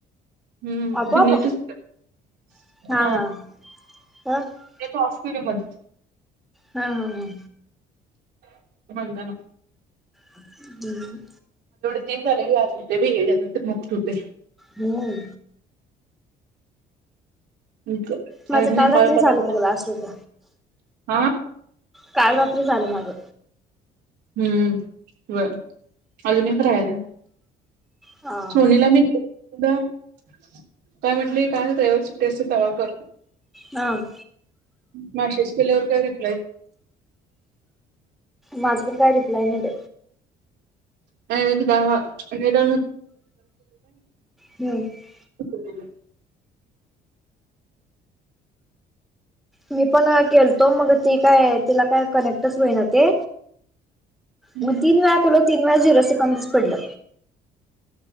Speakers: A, on the right (about 80°); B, in the centre.
A: हम्म
B: आपोआप
A: जिन त <inaudible>
B: हा हा हा हा हा
A: त म <inaudible>
B: हा हा हा.
A: म्हणता ना
B: हम्म.
A: तीन झाले क आज होते बीनंत मुक्त होते.
B: होमम.
A: क-
B: माझं
A: अजून
B: काल
A: एक कॉल
B: रात्री
A: करायचा
B: झालं बघ लास्ट होत.
A: हा
B: काल रात्री ते झालं माझं.
A: हम्म ब अजुन एक रहायला.
B: हा
A: सोनेला <inaudible> काय म्हटलंय काय ड्रायव्हरची टेस्टच कवा कर
B: ह
A: मॅसेज केल्यावर काय रिप्लाय
B: माझबन काय रिप्लाई नाहीड.
A: <inaudible> दावा नरा
B: हम्म
A: <unintelligible> <inaudible> <unintelligible>
B: मी पण केलतो मग ती काय तिला काय कनेक्टच होईना ते
A: हम्म
B: मग तीन वेळा केलो तीन वेळा झेरो सेंकद पडलं.